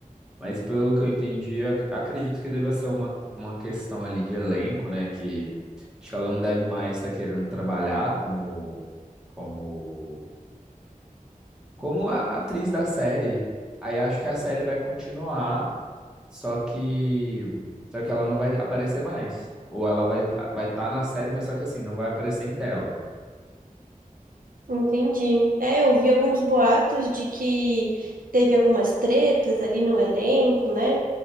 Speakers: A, in the centre; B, on the right.
A: Mas pelo que eu entendi, eu ac- acredito que deva ser uma, uma questão ali de elenco, né? Que acho que ela não deve mais estar querendo trabalhar como, como, como a atriz da série. Aí acho que a série vai continuar, só que, só que ela não vai aparecer mais. Ou ela vai vai estar na série, mas só que assim, não vai aparecer em tela.
B: Entendi. É, eu vi alguns boatos de que teve algumas tretas ali no elenco, né?